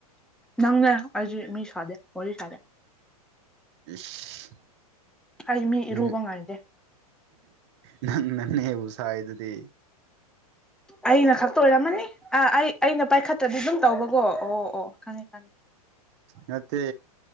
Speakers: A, in the centre; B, on the right.
A: ꯅꯪꯅ ꯍꯧꯖꯤ ꯃꯤ ꯁꯥꯗꯦ ꯋꯥꯔꯤ ꯁꯥꯗꯦ
B: ꯏꯁ
A: ꯀꯜꯃꯤ
B: ꯅꯪ
A: ꯔꯨꯕ ꯉꯥꯦ
B: ꯅꯪ ꯅꯪꯅꯦꯕꯨ ꯁꯥꯏꯗꯨꯗꯤ
A: ꯑꯩꯅ ꯈꯛꯇ ꯑꯣꯏꯔꯝꯃꯅꯤ ꯑ ꯑꯩ ꯑꯩꯅ ꯄꯥꯏꯈꯠꯇ꯭ꯔꯗꯤ ꯑꯗꯨꯝ ꯇꯧꯕꯀꯣ ꯑꯣ ꯑꯣ ꯈꯪꯉꯦ ꯈꯪꯉꯦ
B: ꯅꯠꯇꯦ